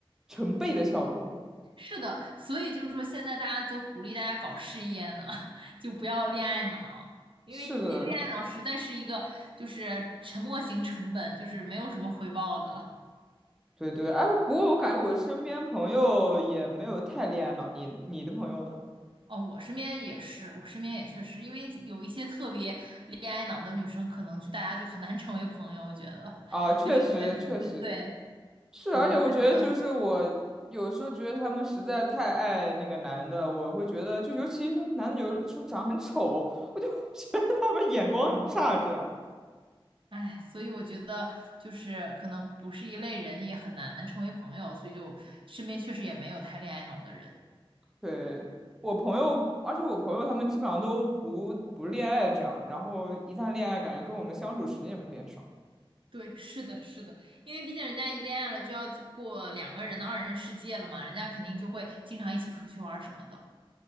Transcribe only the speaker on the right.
是的，所以就是说，现在大家都鼓励大家搞事业呢，<laughs> 就不要恋爱脑，因为那恋爱脑实在是一个就是沉没型成本，
就是没有什么回报的。
哦，我身边也是，我身边也确实，因为有一些特别恋爱脑的女生，可能就大家就很难 <laughs> 成为朋友。我觉得，
就是因为很多对
很多都聊不到一起，
哎，所以我觉得就是可能不是一类人，也很难成为朋友，所以就身边确实也没有太恋爱脑的人。
对，是的，是的，因为毕竟人家一恋爱了，就要过两个人的二人世界了嘛，人家肯定就会经常一起出去玩儿什么的。